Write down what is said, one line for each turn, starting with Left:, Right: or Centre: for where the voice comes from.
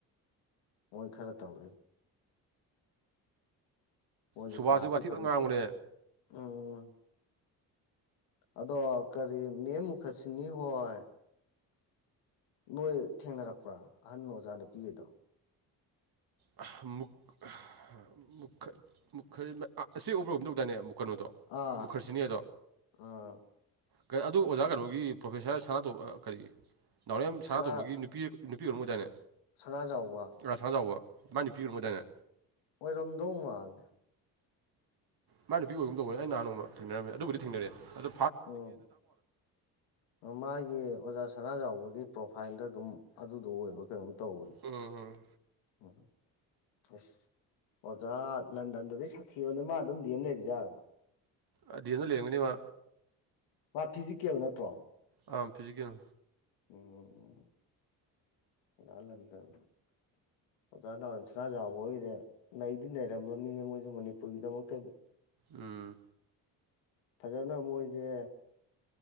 Left: ꯃꯣꯏ ꯈꯔ ꯇꯧꯔꯏ ꯃꯣꯏꯖꯨ
Right: ꯁꯨꯕꯥꯁꯁꯨ
Left: ꯀ꯭ꯂꯥꯁꯇꯤ
Right: ꯋꯥꯊꯤꯄ
Left: ꯐꯖꯅ
Right: ꯉꯥꯡꯕꯅꯦ
Left: ꯎꯝ ꯑꯗꯣ ꯀꯔꯤ ꯃꯦꯝ ꯃꯨꯈꯁꯤꯅꯤ ꯍꯣꯏ ꯅꯣꯏ ꯊꯦꯡꯅꯔꯛꯄ꯭ꯔꯥ ꯑꯍꯟ ꯑꯣꯖꯥ ꯅꯨꯄꯤꯒꯩꯗꯣ
Right: ꯨꯑ ꯃꯨꯛ ꯑ ꯃꯨꯛ ꯃꯨꯛꯈ ꯏꯁꯄꯦꯛ ꯎꯞꯄ꯭ꯔ ꯀꯩꯅꯣꯝ ꯇꯧꯗꯥꯏꯅꯦ ꯀꯩꯅꯣꯗꯣ
Left: ꯑꯥ
Right: ꯃꯨꯈꯔꯁꯤꯅꯤ ꯍꯥꯏꯗꯣ
Left: ꯑꯥ
Right: ꯀ ꯑꯗꯨ ꯑꯣꯖꯥ ꯀꯩꯅꯣꯒꯤ ꯄ꯭ꯔꯣꯐꯦꯁꯥꯔ ꯁꯅꯥꯇꯣ ꯀꯔꯤ ꯅꯥꯎꯔꯦꯝ ꯁꯅꯥꯇꯣꯝꯕꯒꯤ
Left: ꯁꯅꯥ
Right: ꯅꯨꯄꯤ ꯅꯨꯃꯤꯠ ꯀꯩꯅꯣꯝ ꯑꯣꯏꯗꯥꯏꯅꯦ
Left: ꯁꯅꯥꯖꯥꯎꯕ
Right: ꯑꯁ ꯈꯖꯥꯎꯋ ꯃꯅꯤ ꯄꯤꯈ꯭ꯔꯨ ꯃ ꯇꯥꯏꯅ
Left: ꯑꯣꯏꯔꯝꯗꯧ ꯃꯥꯜꯂꯦ
Right: ꯃꯥꯏ ꯅꯨꯄꯤ ꯑꯣꯏꯕ ꯑꯃ ꯇꯧꯕꯅꯦ ꯑꯩ ꯅꯍꯥꯟ ꯅꯣꯡꯃ ꯊꯦꯡꯅꯔꯝꯃꯦ ꯑꯗꯨꯕꯨꯗꯤ ꯊꯦꯡꯅꯔꯦ ꯑꯗꯨ
Left: ꯎꯝ ꯃꯥꯒꯤ ꯑꯣꯖꯥ ꯁꯅꯥꯖꯥꯎꯕꯒꯤ ꯄ꯭ꯔꯣꯐꯥꯏꯜꯗ ꯑꯗꯨꯝ ꯑꯗꯨꯗꯣ ꯑꯣꯏꯕ ꯀꯩꯅꯣꯝ ꯇꯧꯕꯅꯤ
Right: ꯎꯝ ꯎꯝ
Left: ꯎꯝ ꯑꯁ ꯑꯣꯖꯥ ꯂꯟꯗꯟꯗꯗꯤ ꯁꯥꯊꯤꯕꯅꯦ ꯃꯥ ꯑꯗꯨꯝ ꯗꯤꯑꯦꯝ ꯂꯩꯔꯤꯖꯥꯠꯂ
Right: ꯑ ꯗꯤ ꯑꯦꯝꯗ ꯂꯩꯔꯝꯒꯤꯅꯤ ꯃꯥ
Left: ꯃꯥ ꯐꯤꯖꯤꯀꯦꯜ ꯅꯠꯇ꯭ꯔꯣ
Right: ꯑꯥ ꯐꯤꯖꯤꯀꯦꯜ
Left: ꯎꯝ <inaudible> ꯑꯣꯖꯥ ꯅꯥꯎꯔꯦꯝ ꯁꯅꯥꯖꯥꯎꯕ ꯍꯣꯏꯒꯖꯦ ꯅꯩꯗꯤ ꯅꯩꯔꯝꯃꯝꯅꯤꯅꯦ ꯃꯣꯏꯖꯦ ꯃꯅꯤꯄꯨꯔꯒꯤꯗꯃꯛꯇꯗꯤ
Right: ꯎꯝ
Left: ꯐꯖꯅ ꯃꯣꯏꯁꯦ